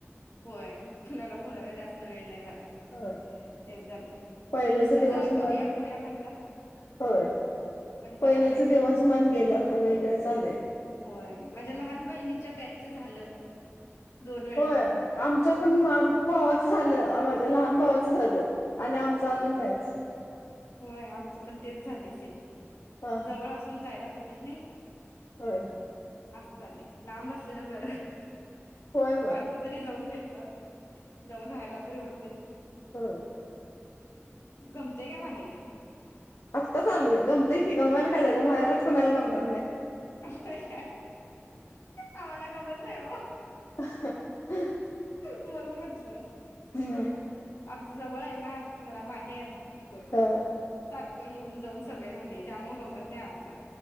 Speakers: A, on the left; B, on the left.
A: पोय खुलाला बोलायला जास्त वेळ नाही झालाय.
B: हो
A: तेच झालंय
B: पहिलेचा
A: नुसतंच
B: दिवस मला-
A: करूया करूया म्हणतात
B: होय
A: पण
B: पहिलेच
A: टाइम नाही भेटत
B: देवासमान गेलं आता वेगळच आलय.
A: होय माझ्या लहान बहिणीच्या बॅचच झालं. दोन वेळा
B: होय आमच्या पण भावाचं झालं माझ्या लहान भावाचं झालं. आणि आमचं
A: हम्म
B: अजून नाहीच.
A: होय आमचं पण तेच झाले सेम
B: हा
A: जवळ असून जायला भेटत नाही.
B: होय.
A: असं झालय लांब असलेलं बरं.
B: होय होय
A: कधीतरी जाऊन भेटतात. जाऊन राहायला तरी होतेय.
B: हो
A: गमते काय माहेरी.
B: आत्ताच आलोय गमतय की, गमायला काय झालं माहेरात कोणाला गमणार नाही.
A: होय काय आम्हाला गंमत नाही हो.
B: ह ह
A: म्हणून म्हटलं
B: हम्म
A: आमचं जवळ आहे ना जरा माहेर.
B: हा
A: सारखं येऊन जाऊन सवय झाली. त्यामुळे गमत नाही आम्हाला.